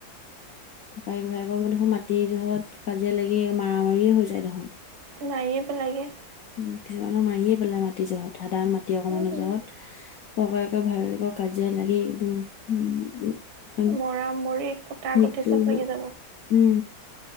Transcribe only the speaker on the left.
ককায়েক ভায়েকৰ দেখো মাটিৰ জহত কাজিয়া লাগি মাৰ মাৰীয়ে হৈ যায় দেখোন।
উম, কিছুমানৰ মাৰিয়ে পেলাই মাটি জহত সাধাৰণ মাটি অকমানৰ
জহত ককায়েক ভায়েকক কাজিয়া লাগি একদম উ
মৃত্যু
উম,